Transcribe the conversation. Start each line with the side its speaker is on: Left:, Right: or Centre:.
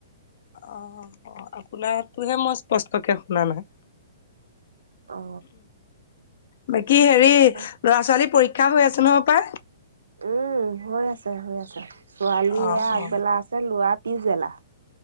Left: অ' অ' আপোনাতোহে মই স্পষ্টকে শুনা নাই।
Right: অ
Left: বাকী হেৰি
Right: তাৰপা
Left: ল'ৰা ছোৱালী পৰী ক্ষা হৈ আছো ন হপাই।
Right: উম হৈ আছে হৈ আছে। ছোৱালী
Left: অ
Right: আগবেলা
Left: অ
Right: আছে ল'ৰাৰ পিছবেলা।